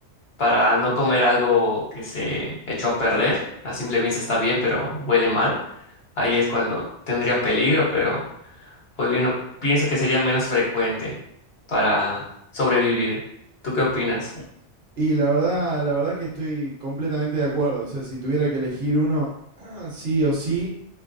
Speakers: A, on the left; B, on the right.
A: para no comer algo que se echó a perder, a simple vista está bien, pero huele mal, ahí es cuando tendría peligro, pero pues bien, no- pienso que sería menos frecuente para sobrevivir. ¿Tú qué opinas?
B: Y la verdad, la verdad que estoy completamente de acuerdo. O sea, si tuviera que elegir uno, <clears throat> sí o sí,